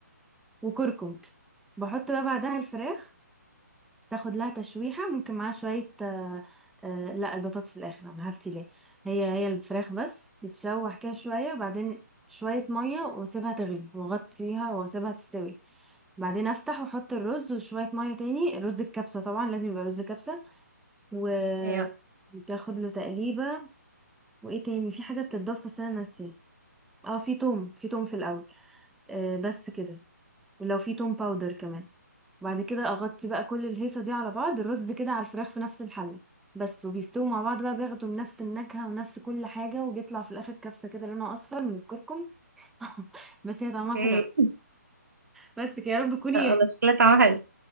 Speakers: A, in the centre; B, on the right.
A: وكركم بحط بقى بعدها الفراخ تاخد لها تشويحة ممكن معاها شوية آه آه لا البطاطس في الآخر أنا هفتي ليه هي هي الفراخ بس تتشوح كده شوية بعدين شوية مية واسيبها تغلي واغطيها واسيبها تستوي بعدين افتح واحط الرز وشوية مية تاني رز الكبسة طبعا لازم يبقى رز كبسة و
B: ايوه
A: وتاخد له تقليبة وايه تاني في حاجة بتتضاف بس انا ناسية اه في توم في توم في الاول آه بس كده ولو في توم باودر كمان بعد كده اغطي بقى كل الهيصه دي على بعض الرز كده على الفراخ في نفس الحله بس وبيستووا مع بعض بقى بياخدوا من نفس النكهه ونفس كل حاجه وبيطلع في الاخر كبسه كده لونها اصفر من الكركم <laughs> بس هي طعمها
B: ايه
A: حلو أوي. بس كده يا رب تكوني
B: لا والله شكلها طعمها حلو